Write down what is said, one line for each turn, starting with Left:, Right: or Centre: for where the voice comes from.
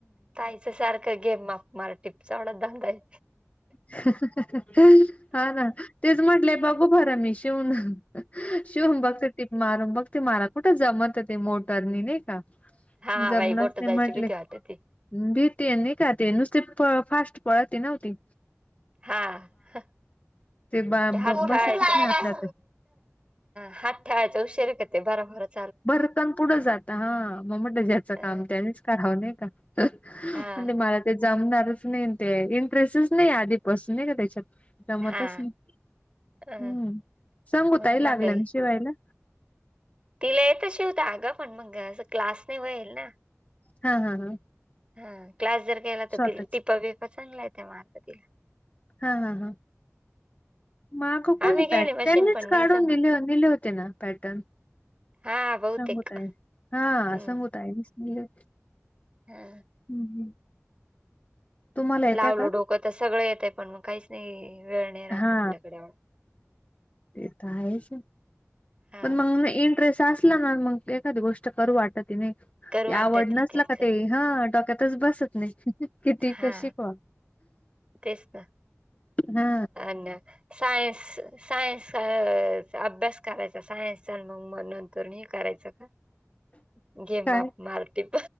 Right: ताईच सारख गेम मला टिपचा एवढाच धंद ये
Left: हा ना, तेच म्हटलेय, बघू खरा मी शिवून शिऊन बघते ते टिप मारून बघते मला कुठ जमत ते मोटरनी नायी का का
Right: हा
Left: जबनास
Right: बाई बोट
Left: न
Right: जायची
Left: म्हटले
Right: भीती वाटती
Left: भीती नाही का ते नुसते फास्ट पळते न ती
Right: हा ह
Left: बसतच
Right: ते हात ठेवायच
Left: नाही आपल्या तर
Right: हात ठेवायच उशीर क ते भारभर च
Left: भरकन पुढं जात हा मग म्हनल ज्याचं
Right: अ
Left: काम त्यानीच, करा नाही का म्हणजे
Right: हा.
Left: मला ते जमणारच नाही ते इंटरेस्टच. नाही आधीपासून नाही का त्याच्यात, जमतच
Right: हा
Left: नाही
Right: अ
Left: हम्म संगूताही
Right: म्हणून म्हणलं
Left: लागलं ना शिवायला.
Right: तिला येत शिवता अगं पण मग अस क्लासने वईल ना,
Left: हा हा हा,
Right: हा क्लास जर केला तर
Left: स्वतःच
Right: तिला टिप बीप चांगला येत मारता तिला.
Left: हा हा हा, माग कोणी
Right: आम्ही
Left: पॅट
Right: गेले मशीन
Left: त्यांनीच
Right: पण नाही
Left: काढून
Right: जमत
Left: दिले होते ना पॅटर्न.
Right: हा बहुतेक
Left: संगूताय हा
Right: हम्म
Left: संगूताय दिसलिया,
Right: हा,
Left: हम्म हम्म, तुम्हाला येत्या
Right: लावलं
Left: का
Right: डोकं तर सगळं येत आहे पण मग काहीच नाही वेळ नाही राहात
Left: हा
Right: आपल्याकडे आवराय.
Left: ते तर आहेच
Right: हा
Left: पण मग इंट्रेस अस, तसल असल ना मग एखादी गोष्ट करू वाटत नाही
Right: करू
Left: ते
Right: वाटत
Left: आवड
Right: नाही
Left: नसल
Right: त्यातले
Left: का ते, हा डोक्यातच बसत नाही किती
Right: हा
Left: कशी शिकवा,
Right: तेच ना
Left: हा,
Right: अन सायन्स, सायन्स अभ्यास करायचा सायन्सचा मग नंतर हे करायचं का? गेम
Left: काय
Right: म मल्टी प